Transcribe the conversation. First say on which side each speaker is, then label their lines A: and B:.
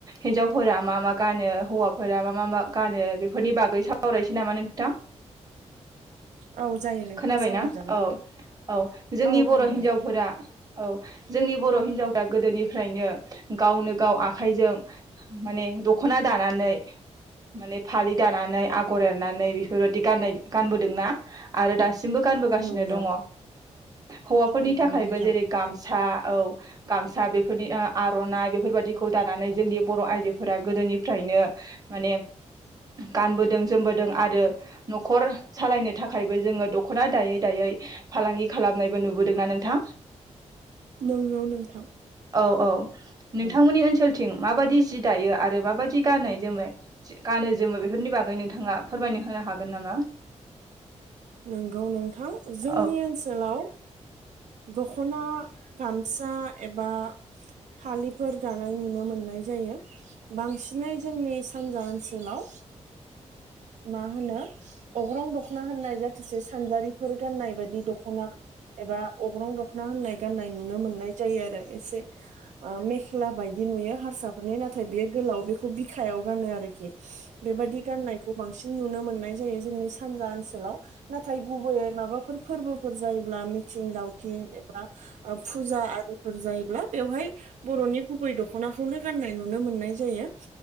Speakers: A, on the right; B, on the right.
A: हिनजाव फोरा मा मा गानो हौवाफोर फोरा मा मा मा गानो बेफोरनि बागै सावरायनोसै नामा नोंथां
B: औ जायो नोंथां
A: खोनाबायना
B: सावरायजागोन
A: औ औ जोंनि
B: औ
A: बर'
B: खोनादों
A: हिन्जावफोरा औ जोंनि बर' हिनजावफ्रा गोदोनिफ्रायनो गावनो गाव आखाइजों माने दख'ना दानानै माने फालि दानानै आगर एरनानै बेफोरबायदि गाननाय गानबोदोंना आरो दासिम दासिमबो गानबोगासिनो
B: नंगौ
A: दङ औ हौवाफोरनि
B: नंगौ
A: थाखायबो
B: नोंथां
A: जेरै गामसा औ गामसा बेफोरनि आर'नाइ बे बेफोरबायदिखौ दानानै जोंनि बर' आइजोफोरा गोदोनिफ्रायनो माने गानबोदों जोमबोदों आरो न'खर सालायनो थाखायबो जोङो दख'ना दायै दायै फालांगि खालामनायबो नुबोदोंना नोंथां
B: नंगौ नोंथां
A: औ औ नोंथांमोननि
B: औ
A: ओनसोल थिं माबायदि जि दायो आरो माबायदि गाननाय जोमनाय गानो जोमो बेफोरनि बागै नोंथाङा फोरमायनो होनो हागोन नामा
B: नंगौ नोंथां जोंनि
A: औ
B: ओनसोलाव दख'ना गामसा एबा फालिफोर दानाय नुनो मोननाय जायो बांसिनै जोंनि सानजा ओनसोलाव मा होनो अग्रं दखना होननाय मासे सानजारिफोर गाननाय बायदि दख'ना एबा अग्रं दखना ना होननाय गाननाय नुनो मोननाय जायो आरो एसे मेखला बायदि नुयो हारसाफोरनि नाथाय बे गोलाव बेखौ बिखायाव गानो आरोखि बेबायदि गाननाय खौ बांसिन नुनो मोननाय जायो जोंनि सानजा ओनसोलाव नाथाय गुबैयै माबाफोर फोरबोफोर जायोब्ला मिथिं दावथिं एबा फुजा आरिफोर जायोब्ला बेवहाय बर'नि गुबै दख दख'नाखौनो गाननाय नुनो मोननाय जायो